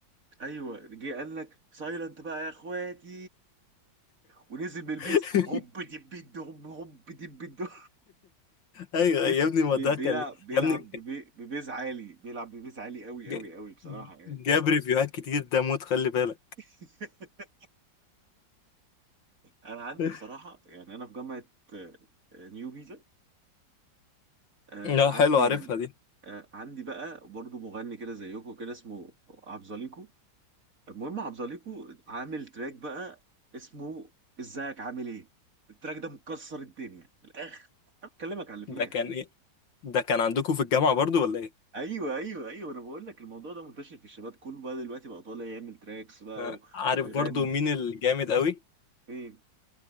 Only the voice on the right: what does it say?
ايوه جه قال لك سايلنت بقى يا اخواتي ونزل بالبيس
هوب دب دب هوب دب دب
بيز
بي-
بيلعب
بيلعب
ببي- ببيز عالي بيلعب ببيز عالي قوي
قوي قوي بصراحة يعني
<laughs> انا عندي
بصراحة يعني انا في جامعة آه، آه، نيو جيزة آه،
عندي
آه، عندي بقى برضو مغني كده زيكو كده اسمه عبزاليكو المهم عبزاليكو عامل تراك بقى اسمه ازيك عامل ايه التراك ده مكسر الدنيا من الاخر انا بكلمك على اللي فيها
ايوه ايوه ايوه انا بقول لك الموضوع ده منتشر في الشباب كله بقى دلوقتي بقى طالع يعمل تراكس بقى
و...
ويغني
فين